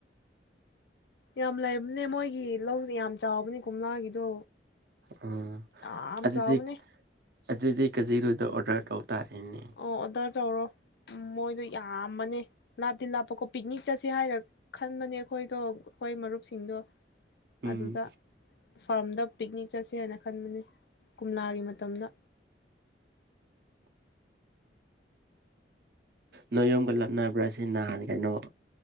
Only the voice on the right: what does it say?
ꯎꯝ
ꯑꯗꯨꯗꯤ
ꯑꯗꯨꯗꯤ ꯀꯖꯤꯔꯨꯗ ꯑꯣꯔꯗꯔ ꯇꯧ ꯇꯔꯦꯅꯦ
ꯎꯝ
ꯅ ꯌꯣꯒ ꯂꯞꯅꯕ꯭ꯔꯥ ꯑꯁꯤ ꯅꯍꯥꯟ ꯀꯩꯅꯣ